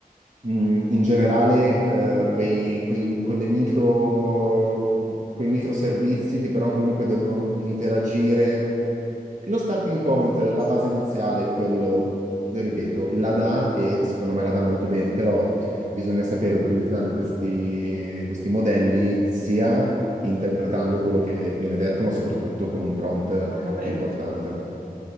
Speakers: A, on the right; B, on the right.
A: mh, in generale
B: Ehm,
A: eh, quei, quei- quelle micro, quei microservizi che però comunque devono interagire. Lo starting point,
B: sì,
A: la
B: sì,
A: base iniziale, quello, ripeto, la dà e secondo me la dà molto bene, però Bisogna sapere utilizzare questi, questi modelli sia interpretando quello che viene detto, ma soprattutto con un prompt
B: assolutamente.
A: importante.